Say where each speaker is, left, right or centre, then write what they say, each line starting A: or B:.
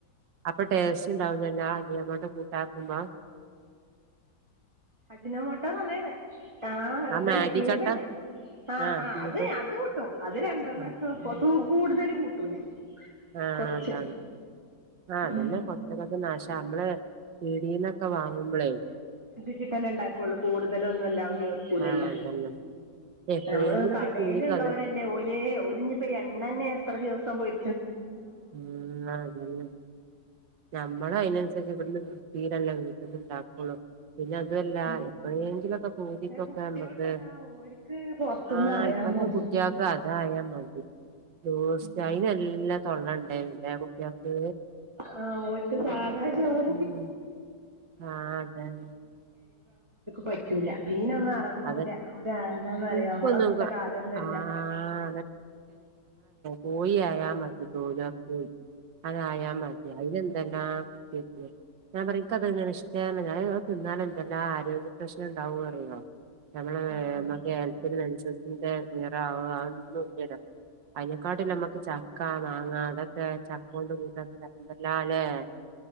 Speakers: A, on the right; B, on the right.
A: അപ്പൊ ടേസ്റ്റ് ഉണ്ടാവൂല്ലല്ലാ അജിനോമോട്ടോ <unintelligible>
B: അജിനാമോട്ടോ പറഞ്ഞാ ആഹ്
A: ആ
B: ഇതല്ലേ
A: മാഗി
B: ക്യൂബല്ലെ?
A: ചട്ട
B: ആ
A: ആഹ്
B: ആ
A: ക്യൂബ്
B: അത് അത് കൂട്ടും അത് രണ്ടെണ്ണക്ക
A: ആഹ്
B: കൂടുതല് കൂട്ടൂല
A: ആ
B: കൊറച്ച്
A: അത ആ അതന്നെ
B: ഉം
A: കൊറച്ചക്കക്ക നാശം നമ്മള് പിടീന്നൊക്കെ വാങ്ങുമ്പളേ
B: ല ഉണ്ടാക്കുള്ളൂ കൂടുതലൊന്നും ഇല്ലാവ ചേർക്കൂലല്ല
A: ആഹ് അതന്നെ എപ്പോഴെങ്കിലൊക്കെ
B: നമ്മള് കടയിലുള്ളവരല്ലേ
A: പൂതിക്ക് അതെ
B: ഒല ഒലിഞ്ഞിപ്പോ എണ്ണനെ എത്ര ദിവസം പോയി
A: ഉം അതല്ലെ നമ്മള അയിതിനനുസരി ഇവിടുന്ന് തീരല്ല വീട്ടന്നണ്ടാക്കള്ളൂ പിന്നെ അതുമല്ല
B: പക്ഷെ
A: എപ്പോഴെങ്കിലുക്കെ പൂതിക്കൊക്കെ
B: കുട്ടികൾക്ക്
A: നമ്മക്ക്
B: അതാ ഓര്ക്ക് പൊറത്തുന്ന്
A: ആ
B: ആയാ
A: ഇപ്പ
B: മതി
A: കുട്ടിയക്ക അതായ മതി ദോസ
B: ഉം
A: കൊള്ള ഉണ്ട കുട്ടിയക്ക്
B: ആ ഓർ ക്കാവോന്നു
A: ഉം ആഹ് അതന്നെ
B: പറ്റൂല മീ ന്നും ഇറങ്ങൂല
A: അത്
B: ഒരരാന്നന്ന്റിയാം
A: ഇൻക്കൊന്നും
B: നമ്മള അന്നത്തെ
A: ക
B: കാലംന്നുംല്ല
A: ആഹ് പോയി ആയാൽ മതി തോതാ പോയി അതായാ മതി അതിത്ന ആ വി ഞാൻ പറഞ്ഞിക്കതെങ്ങനെ ഇഷ്ടല്ല ഞൻത് തിന്നാലും എന്തെല്ലാ ആരോഗ്യ പ്രശ്നം ഉണ്ടാവ അറിയോ ഞമ്മമ്മക്ക്
B: ആഹ്
A: കേത്തിൽ മെസത്തിന്റെ നിറ ആവോ അതൊന്നുംല്ല അയ്‌നക്കാട്ട നമ്മക്ക് ചക്കാ മാങ്ങ അതൊക്കെ ചക്ക കൊണ്ട് കീട്ടാ തരല്ല അല്ലേ